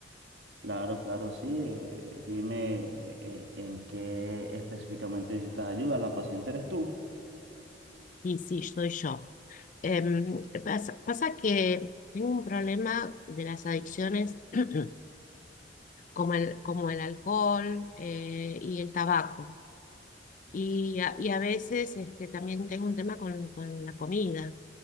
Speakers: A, on the right (about 75°); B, on the left (about 45°).
A: Claro, claro, sí. eh, dime eh, en qué específicamente necesitas ayuda. La paciente eres tú.
B: Y sí, soy yo. Em, pasa, pasa que tengo un problema de las adicciones <clears throat> como el, como el alcohol eh, y el tabaco. Y a, y a veces este, también tengo un tema con, con la comida.